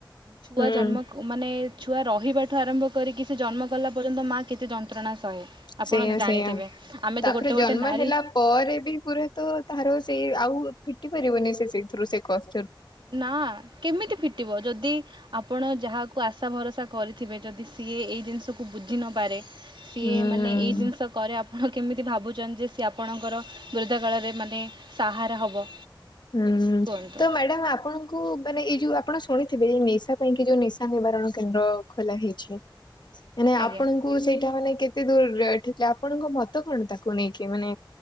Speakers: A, on the right (about 70°); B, on the left (about 60°).
A: ଛୁଆ
B: ହୁଁ
A: ଜନ୍ମ ମାନେ ଛୁଆ ରହିବା। ଠୁ ଆରମ୍ଭ କରିକି ସେ ଜନ୍ମ କଲା ପର୍ଯ୍ୟନ୍ତ ମା କେତେ ଯନ୍ତ୍ରଣା ସହେ। ଆପଣ
B: ସେୟା
A: ଜାଣିଥିବେ
B: ସେୟା
A: ଆମେ
B: ତାପରେ
A: ତ ଗୋଟେ
B: ଜନ୍ମ
A: ଗୋଟେ ନାରୀ
B: ହେଲା ପରେ ବି ପୁରା ତ ତାର ସେଇ ଆଉ ଉ ଫିଟି ପାରିବନି ସିଏ ସେଇଥିରୁ ସେ କସ୍
A: ନା କେମିତି ଫିଟିବ ଯଦି ଆପଣ ଯାହାକୁ ଆଶା ଭରସା- କରିଥିବେ ଯଦି ସିଏ ଏଇ ଜିନିଷକୁ ବୁଝି ନପାରେ ସିଏ
B: ହୁଁ।
A: ମାନେ ଏଇ ଜିନିଷ କରେ ଆପଣ କେମିତି ଭାବୁଚନ୍ତି ଯେ ସିଏ ଆପଣଙ୍କର ବୃଦ୍ଧା କାଳରେ ମାନେ ସାହାର ହବ।
B: ହୁଁ
A: କୁହନ୍ତୁ
B: ତ ମ୍ୟାଡାମ ଆପଣ ଙ୍କୁ ମାନେ ଏଇ ଯୋଉ ଆପଣ ଶୁଣିଥିବେ ନିଶା ପାଇଁ କି ଯୋଉ ନିଶା ନିବାରଣ କେନ୍ଦ୍ର ଖୋଲା ହେଇଛି। ମାନେ
A: ଆଜ୍ଞା।
B: ଆପଣଙ୍କୁ ସେଇଟା ମାନେ କେତେ ଦୂରରେ ଏଠିଥିଲା ଆପଣଙ୍କ ମତ କଣ ତାକୁ ନେଇକି ମାନେ